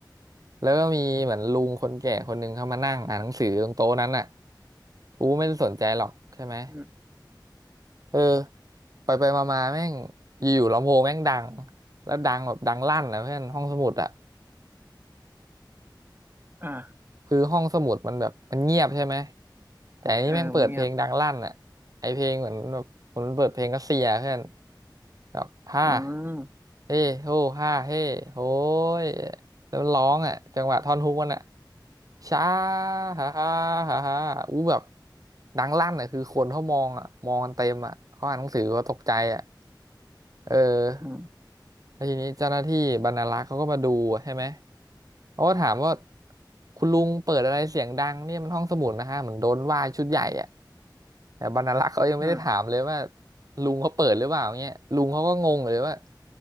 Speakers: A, on the right (about 50°); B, on the right (about 25°).
A: แล้วก็มีเหมือนลุงคนแก่คนหนึ่งเข้ามานั่งอ่านหนังสือตรงโต๊ะนั้นอ่ะกูไม่ได้สนใจหรอกใช่ไหม
B: อืม
A: เออไปไปมามาแม่งอยู่ๆลำโพงแม่งดังแล้วดังแบบดังลั่นนะเพื่อนห้องสมุดอ่ะ
B: อ่า
A: คือห้องสมุดมันแบบมันเงียบใช่ไหมแต่อันนี้แม่งเปิดเพลงดังลั่นอ่ะไอเพลงเหมือนแบบผมเปิดเพลงรัสเซียเพื่อน
B: เออมันเงียบ
A: แบบฮ่า
B: อืม
A: เฮ้โฮฮ่าเฮ้โหยแล้วมันร้องอ่ะจังหวะท่อนฮุกมันอ่ะช้าฮ่าฮ่าฮ่าฮ่าอู้แบบดังลั่นอ่ะคือคนเขามองอ่ะมองกันเต็มอ่ะเขาอ่านหนังสือเขาตกใจอ่ะเออ
B: อืม
A: แล้วทีนี้เจ้าหน้าที่บรรณารักษ์เขาก็มาดูใช่ไหมเขาก็ถามว่าคุณลุงเปิดอะไรเสียงดังเนี่ยมันห้องสมุดนะฮะเหมือนโดนว่าชุดใหญ่อะแต่บรรณารักษ์เขายังไม่ได้ถามเลยว่า
B: อืม
A: ลุงเขาเปิดหรือเปล่าเงี้ยลุงเขาก็งงเลยว่า